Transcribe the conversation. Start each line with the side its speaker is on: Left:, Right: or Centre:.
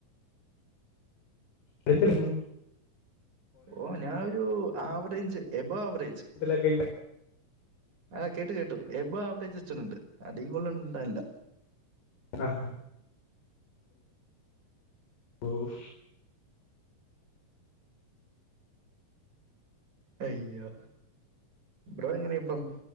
Left: വെക്കല്ലെന്ന
Right: ഓ ഞാ ഒരു ആവറേജ് എബോ ആവറേജ്
Left: <unintelligible>
Right: ആഹ് കേട്ട് കേട്ടു. എബോവ് ആ <unintelligible> അധികൂടുതലോണ്ടാല്ല.
Left: ആഹ്. ഓഫ്.
Right: അയ്യോ ബ്രോ എങ്ങനെ ഇപ്പം?